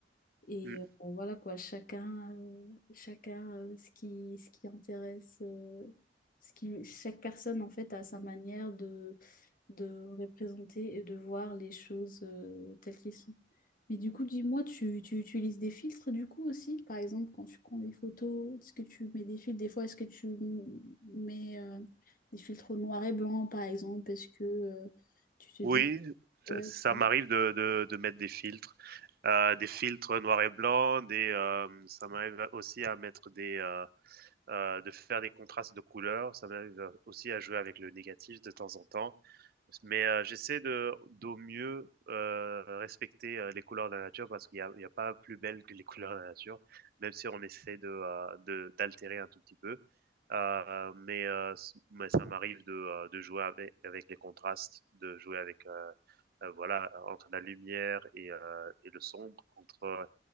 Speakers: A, on the left (about 50°); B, on the right (about 55°).
A: Et
B: Mm.
A: euh, bon, voilà quoi, chacun, euh, chacun euh, ce qui, ce qui intéresse, euh, ce qui, chaque personne en fait a sa manière de, de représenter et de voir les choses euh, telles qu'elles sont. Mais du coup, dis-moi, tu, tu utilises des filtres du coup aussi? Par exemple, quand tu prends des photos, est-ce que tu mets des filtres? Des fois, est-ce que tu mets euh, des filtres noir et blanc, par exemple? parce que euh, tu te
B: Oui,
A: dis,
B: ça,
A: ouais.
B: ça
A: bon,
B: m'arrive de, de, de mettre des filtres, euh, des filtres noir et blanc, des, euh, ça m'arrive aussi à mettre des, euh, euh, de faire des contrastes de couleurs. Ça m'arrive euh, aussi à jouer avec le négatif de temps en temps. Mais euh, j'essaie de d'au mieux euh, respecter euh, les couleurs de la nature parce qu'il n'y a, il y a pas plus belle que les <laughs> couleurs de la nature, même si on essaie de euh, de- d'altérer un tout petit peu. Euh, mais, euh, s- mais ça m'arrive de, euh, de jouer avec, avec les contrastes, de jouer avec euh, euh, voilà entre la lumière et, euh, et le sombre, entre